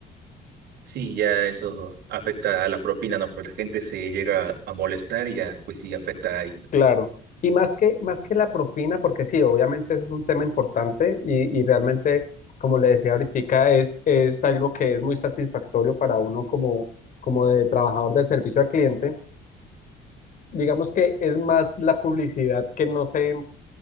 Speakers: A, on the right; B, on the left.
A: Sí, ya eso afecta a la propina, ¿no? Porque la gente se llega a molestar y ya, pues sí, afecta ahí. ¿no?
B: Claro. Y más que, más que la propina, porque sí, obviamente eso es un tema importante y, y realmente, como le decía ahorita, es, es algo que es muy satisfactorio para uno como, como de trabajador de servicio al cliente. Digamos que es más la publicidad que no se,